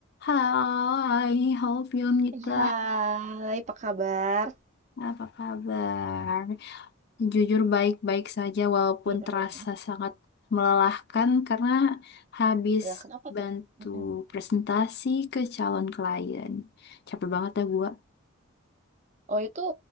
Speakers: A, on the left; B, on the right.
A: Hai, halo Filmita.
B: Ih, Hai, apa kabar?
A: Apa kabar? Jujur baik-baik saja walaupun
B: Mm-mm.
A: terasa sangat melelahkan karena habis
B: Ya, kenapa
A: bantu
B: tuh? Mm-mm.
A: presentasi ke calon klien. Capek banget ya gua.
B: Oh, itu